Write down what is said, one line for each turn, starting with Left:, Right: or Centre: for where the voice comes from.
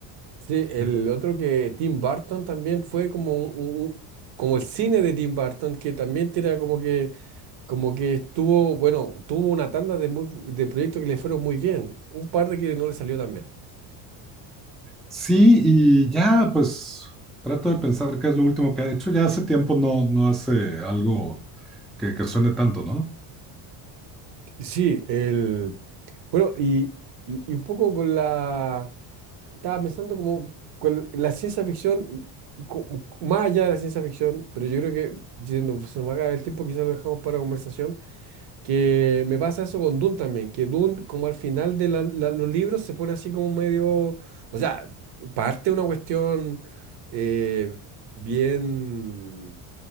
Right: Sí, el
Centre: de-
Right: otro que Tim Burton también fue como, un- un- un- como el cine de Tim Burton, que también tira como que como que estuvo, bueno, tuvo una tanda de, muy, bu- de proyectos que le fueron muy bien, un par de que no le salió tan bien.
Centre: Sí, y ya pues trato de pensar qué es lo último que ha hecho. Ya hace tiempo no, no hace algo que, que suene tanto, ¿no?
Right: Y Sí, el, bueno, y, y, y un poco con la, estaba pensando como con la ciencia ficción, co- más allá de la ciencia ficción, pero yo creo que, yendo, se nos va a acabar el tiempo, quizás lo dejamos para conversación. Que me pasa eso con Dune también, que Dune como al final de la- la- los libros se pone así como medio, o sea, parte una cuestión eh, bien,